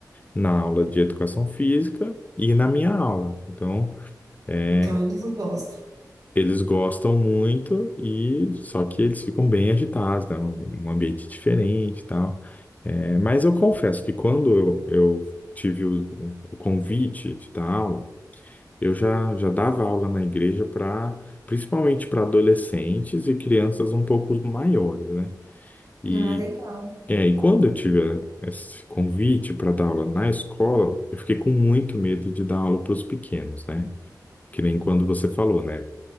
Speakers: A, on the left (about 20°); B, on the right (about 55°).
A: na aula de educação física e na minha aula. Então, é,
B: então eles gostam.
A: Eles gostam muito e só que eles ficam bem agitados, né? Um ambiente diferente e tal. É, mas eu confesso que quando eu, eu tive o, o convite de dar aula, eu já, já dava aula na igreja para, principalmente para adolescentes e crianças um pouco maiores, né? E,
B: Ah, legal,
A: é, e quando eu tive esse convite para dar aula na escola, eu fiquei com muito medo de dar aula para os pequenos, né? Que nem quando você falou, né?